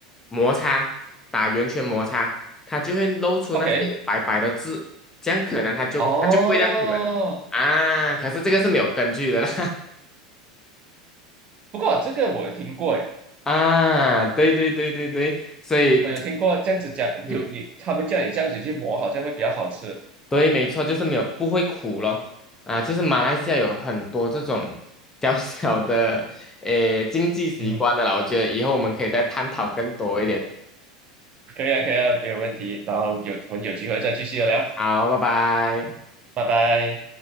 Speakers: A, on the left; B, on the right.
A: 摩擦，打圆圈摩擦，它就会露出那些白白的字，
B: ，OK，
A: 这样可能它就它就不会这样苦了
B: 哦，
A: 啊。可是这个是没有根据的啦，
B: 不过这个我有听过，哎。
A: <laughs> 啊，对对对对对，所以。
B: 我有听过这样子讲，
A: 嗯。
B: 有你他们叫你这样子去磨，好像会比较好吃。
A: 对，没错，就是没有不会苦咯。啊，就是马来西亚有很多这种 <laughs> 小小的诶经济习惯的啦，
B: 嗯，
A: 我觉得以后我们可以再探讨更多一点。
B: 可以啊，可以啊，没有问题。然后有我们有机会再继续聊，
A: 好，拜拜。
B: 拜拜。